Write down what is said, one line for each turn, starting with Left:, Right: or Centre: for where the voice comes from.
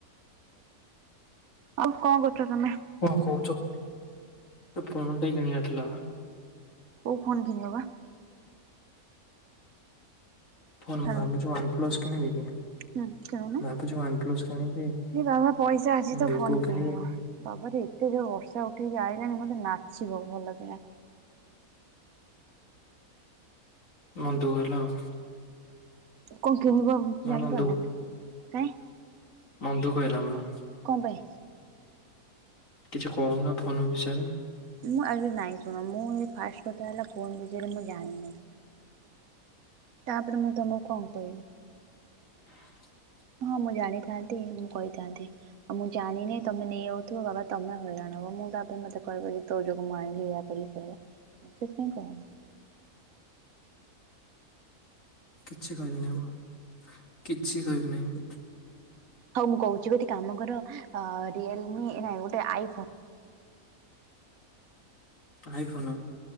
Right: ଆଉ କଣ କରୁଚ ତମେ?
Left: କଣ କହୁଚ ଗୋଟେ ଫେନଟେ କିଣିବାର ଥିଲା ବା?
Right: କୋଉ ଫୋନ୍ କିଣିବ ବା?
Left: ଫୋନ
Right: ହ୍ୟାଲୋ
Left: ଭାବୁଚି ୱାନ୍ପ୍ଲସ କିଣିବି କି?
Right: ହୁଁ କିଣୁୁନ
Left: ଭାବୁଛି ୱାନ ପ୍ଲସ କିଣିବି
Right: ଏ ବାବା ପଇସା ଅଛି
Left: ନା
Right: ତ
Left: ଭିଭୋ
Right: ଫୋନ
Left: କିଣିବି
Right: କିଣିବ। ବାବାରେ ଏତେ ଯୋଉ ବର୍ଷା ଉଠେଇକି ଆଇଲାଣି ମତେ ନାଛିବ ଭଲ କିଣା।
Left: ମନ ଦୁଖହେଲା ଆଉ।
Right: କଁ କିଣିବ
Left: ମୋର
Right: ଜାଣି
Left: ମନ
Right: ପାରୁନ ନା କାଇଁ।
Left: ମନଦୁଖ ହେଲା ମୋର।
Right: କଁ ପାଇ?
Left: କିଛି କହୁନ ଫୋନ୍ ବିଷୟରେ।
Right: ମୁଁ ଆହୁରି ନାଇଁ ଶୁଣ ମୁଁ ଏ ଫାଷ୍ଟ କଥା ହେଲା ଫୋନ ବିଷୟରେ ମୁଁ ଜାଣିନି। ତାପରେ ମୁଁ ତମକୁ କଁ କଇବି।
Left: <inaudible>
Right: ହଁ ମୁଁ ଜାଣିଥାନ୍ତି ମୁଁ କଇଥାନ୍ତି। ଆଉ ମୁଁ ଜାଣି ନେଇ ତମେ ନେଇଯାଉଥିବ ବାବା ତମେ ହଇରାଣବ ମୁଁ ତାପରେ ମତେ କହିବ ଯେ ତୋ ଯୋଗୁ ମୁଁ ଆଣିଲି। ବୋଲି କହିବ ସେଥି ପାଇଁ କହେନି।
Left: କିଛି କହିବିନି ମୁଁ କିଛି କହିବି ନେଇଁ।
Right: ହଉ ମୁଁ କହୁଛି ଗୋଟେ କାମ କର ଅ ରିଏଲମି ନାଇଁ ଗୋଟେ ଆଇଫୋ
Left: ଆଇଫୋନ